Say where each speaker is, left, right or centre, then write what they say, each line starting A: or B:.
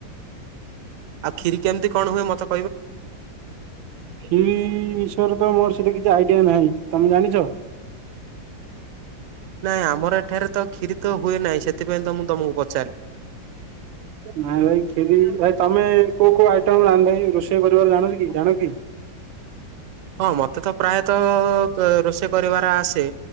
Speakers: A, on the right; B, on the right.
A: ଆ, ଖିରି କେମତି କଣ ହୁଏ ମୋତେ
B: ଖିରି ବିଷୟରେ ତ ମୋର ସେ ସେତେ କିଛି ଆଇଡିଆ ନାହିଁ। ତୋମେ ଜାଣିଛ?
A: ନା ଆମର ଏଠାରେ ତ ଖିରି ତ ହୁଏ ନାହିଁ। ସେଥିପାଇଁ ତ ମୁଁ ତୋମକୁ ପ
B: ନାଇଁ ଭାଇ ଖିରି ଭାଇ ତ ତୋମେ କୋଉ କୋଉ ଆଇଟମ ରାନ୍ଧି ରୋଷେଇ କରିବାର ଜାଣନି କି ଜାଣ କି?
A: ହଁ ମୋତେ ତ ପ୍ରାୟତଃ ତ ରୋଷେଇ କରିବା ତା ଆସେ